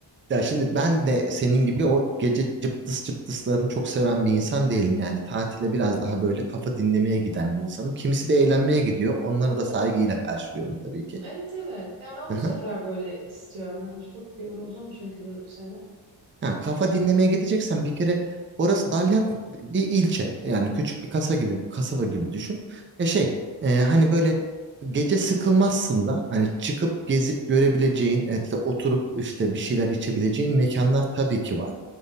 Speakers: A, on the right (about 25°); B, on the right (about 80°).
A: Ya şimdi ben de senin gibi o gece cıptıs cıptıslarını çok seven bir insan değilim. Yani tatile biraz daha böyle kafa dinlemeye giden bir insanım. Kimisi
B: Hı hı.
A: de eğlenmeye gidiyor. Onları da saygıyla karşılıyorum tabii ki.
B: Evet evet. Yani ben
A: Hı
B: bu
A: hı.
B: sefer böyle istiyorum. Yani çok yoruldum çünkü bu sene.
A: Ha, kafa dinlemeye gideceksen bir kere orası Dalyan bir ilçe. Yani küçük bir kasa gibi, kasaba gibi düşün. Ya şey, e, hani böyle gece sıkılmazsın da hani çıkıp gezip görebileceğin, etle oturup işte bir şeyler içebileceğin mekanlar tabii ki var.